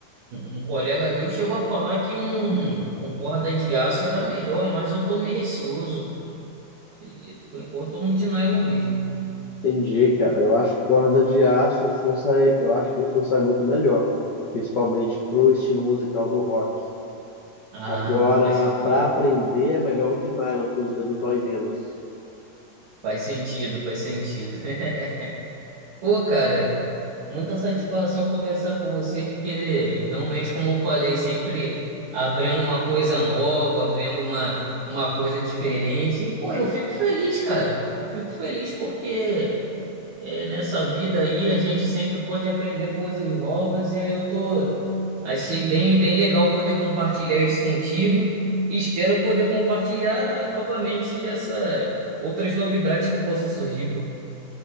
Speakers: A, on the right; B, on the left.
A: Um colega meu chegou a falar que um com corda de aço era melhor, mas eu tô meio receoso. E, Por enquanto, tô um de nylon mesmo.
B: Entendi, cara. Eu acho corda de aço, o som sai, eu acho que o som sai muito melhor, principalmente pro estilo musical do rock.
A: Ah,
B: Agora,
A: faz sentido.
B: para aprender, é melhor um de nylon, que os dedos doem menos.
A: Faz sentido, faz sentido. <laughs> Pô, cara, muita satisfação conversar com você, porque realmente, como eu falei, sempre aprendo uma coisa nova, aprendo uma, uma coisa diferente. E, pô, eu fico feliz, cara. Fico feliz porque. É, nessa vida aí a gente sempre pode aprender coisas novas e aí eu tô achei bem bem legal poder compartilhar isso contigo e espero poder compartilhar novamente essa outras novidades que possam surgir, pô.